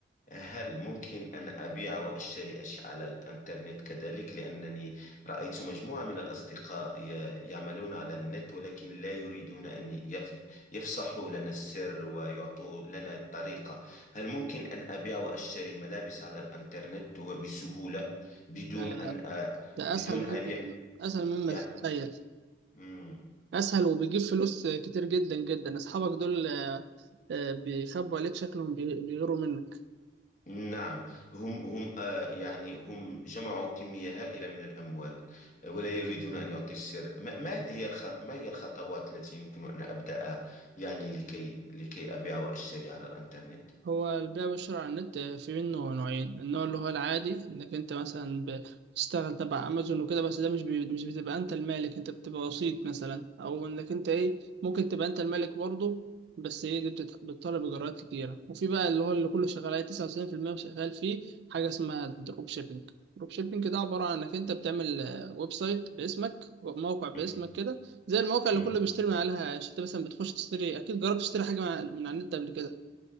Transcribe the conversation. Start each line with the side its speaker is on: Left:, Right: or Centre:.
Left: هل ممكن أن أبيع وأشتري أشياء على الإنترنت كذلك لأنني رأيت مجموعة من الأصدقاء ي- يعملون على النت ولكن لا يريدون أن يف- يفصحوا لنا السر ويعطوا لنا الطريقة هل ممكن أن أبيع وأشتري ملابس على الإنترنت وبسهولة بدون
Right: ده
Left: أن أ...
Right: ده
Left: بدون
Right: اسهل ممكن
Left: أن ي...
Right: اسهل مما
Left: يعني
Right: تتخيل
Left: مم.
Right: اسهل وبيجيب فلوس كتير جدا جدا اصحابك دول آه، آه، بيخبوا عليك شكلهم بي- بيغيروا منك
Left: نعم هم هم آه يعني هم جمعوا كمية هائلة من الأموال آه، ولا يريدون أن يعطي السر ما, ما هي الخ- ما هي الخطوات التي يمكن أن أبدأ يعني لكي لكي أبيع وأشتري على الإنترنت
Right: هو البيع والشراء على النت في منه نوعين النوع اللي هو العادي انك انت مثلا ب- بتشتغل تبع امازون وكده بس ده مش بي... مش بتبقى انت المالك انت بتبقى وسيط مثلا او انك انت ايه ممكن تبقى انت المالك برضه بس ايه دي بتت... بتطلب اجراءات كتيره وفي بقى اللي هو اللي كله شغال عليه 99% شغال فيه حاجه اسمها دروب شيبينج دروب شيبينج ده عباره عن انك انت بتعمل آه، ويب سايت باسمك وموقع باسمك
Left: مهم.
Right: كده زي المواقع اللي
Left: مهم.
Right: كله بيشتري من عليها يعني انت مثلا بتخش تشتري اكيد جربت تشتري حاجه من على من على النت قبل كده